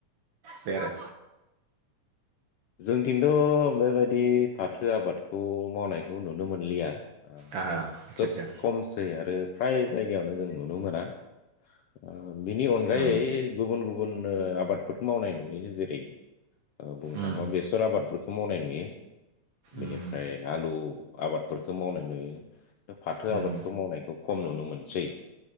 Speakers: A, on the right; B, on the left.
A: बे आरो
B: जोंनिथिंथ' बेबायदि फाथो आबादखौ मावनायखौ नुनो मोनलिया ओ
A: आदसा
B: खोब
A: आदसा
B: खमसै आरो फ्राय जायगायावनो जों नुनो मोना ओ बिनि अनगायै
A: उम
B: गुबुन गुबुन गुबुननो आबादफोर मावनाय नुयो जेरै ओ बुंनो थाङोबा
A: उम
B: बेसर आबादफोरखौबो मावनाय नुयो बेनिफ्राय
A: उम
B: आलु आबादफोरखौ मावनाय नुयो फाथो
A: उम
B: आबादखौ मावनायखौ खम नुनो मोनसै